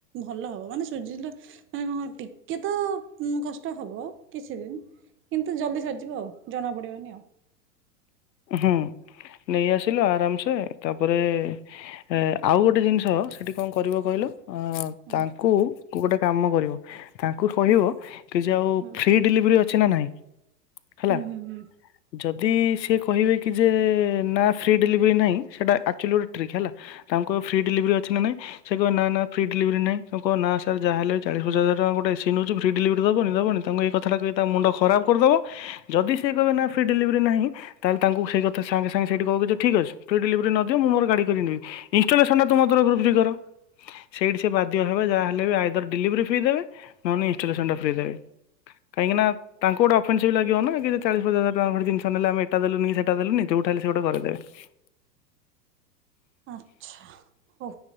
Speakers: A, on the right; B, on the left.
A: ଭଲ ହବ। ମାନେ ସୁଜିିଲା ମାନେ କଣ ଟିକେ ତ ଉଁ କଷ୍ଟ ହବ କିଛି ଦିନ୍। କିନ୍ତୁ ଜଲ୍ଦୀ ସରିଯିବ ଆଉ। ଜଣା ପଡ଼ିବନି ଆଉ।
B: ହୁଁ। ନେଇ ଆସିଲୁ ଆରାମସେ ତା ପରେ ଏଁ ଆଉ ଗୋଟେ ଜିନିଷ ସେଠି କଣ କରିବ କହିଲ? ଅଁ
A: ହୁଁ
B: ତାଙ୍କୁ ଗୋଟେ କାମ କରିବ। ତାଙ୍କୁ କହିବ
A: ହୁଁ
B: କି ଯେ ଆଉ
A: ହୁଁ
B: ଫ୍ରି ଡେଲିଭରି ଅଛି ନା ନାଇଁ? ହେଲା
A: ହୁଁ ହୁଁ ହୁଁ
B: ଯଦି ସିଏ କହିବେ କି ଯେ ନା ଫ୍ରି ଡେଲିଭରି ନାହିଁ ସେଇଟା ଆକ୍ଚୁଅଲି ଗୋଟେ ଟ୍ରିକ୍ ହେଲା। ତାଙ୍କୁ କହିବ ଫ୍ରି ଡେଲିଭରି ଅଛି ନା ନାଇଁ? ସେ କହିବେ ନା ନା ଫ୍ରି ଡେଲିଭରି ନାହିଁ ତମେ କହିବ ନା ସାର ଜାହା ହେଲେ ବି ଚାଳିସି ପଚାଶ ହଜାର ଟଙ୍କା ଗୋଟେ ଏସି ନେଉଛୂ ଫ୍ରି ଡେଲିଭରୀ ଦବନି ଦବନି? ତାଙ୍କୁ ଏଇ କଥାଟା କହିଲି ତା ମୁଣ୍ଡ ଖରାପ କରିଦେବ ଯଦି ସେ କହିବ ନା ଫ୍ରି ଡେଲିଭରି ନାହିଁ। ତାହେଲେ ତାଙ୍କୁ ସେଇ କଥା ସାଙ୍ଗେ ସାଙ୍ଗେ ସେଇଠି କହିବ ଠିକ୍ ଅଛି ଫ୍ରି ଡେଲିଭରି ନଦିଅ ମୁଁ ମୋର ଗାଡ଼ି କରିନେବି। ଇନଷ୍ଟଲେସନ ଟା ତମ ତରଫରୁ ଫ୍ରି କର। ସେଇଠି ସେ ବାଧ୍ୟ ହେବ ଯାହାହେଲେ ବି ଆଈଦର ଡେଲିଭରି ଫ୍ରି ଦେବେ ନ ହେଲେ ଇଣ୍ଟଲେସନ ଟା ଫ୍ରି ଦେବେ। କାହିଁକି ନା ତାଙ୍କୁ ଗୋଟେ ଅଫନ୍ସିଭି ଲାଗିବ ନା କି ଚାଳିଶ ପଚାଶ ହଜାର ଟଙ୍କା ଖଣ୍ଡେ ଜିନିଷ ନେଲେ ଏଇଟା ଦେଲୁନି କି ସେଟା ଦେଲୁନି ଯୋଉଠା ହେଲେ ସେ ଗୋଟେ କରିଦେବେ।
A: ଆଛା ହଉ